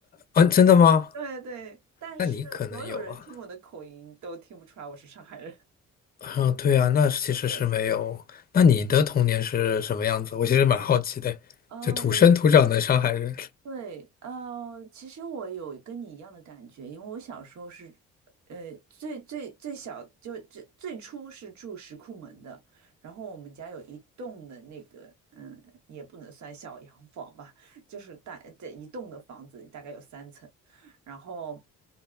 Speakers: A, on the left (about 30°); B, on the right (about 70°).
A: 啊，真的吗？
B: 对对，但是所有人听我的口音都听不出来我是上海人。
A: 那你可能有啊。
B: <laughs>
A: 啊，对啊，那其实是没有。
B: 对，
A: 那你的童年是什么样子？我其实蛮好奇的，
B: 啊、
A: 就土生土长的上海人。
B: 我的同，对，呃，其实我有跟你一样的感觉，因为我小时候是，呃，最最最小就最最初是住石库门的，然后我们家有一栋的那个，嗯，也不能算小洋房吧，就是大，对，一栋的房子大概有三层。然后，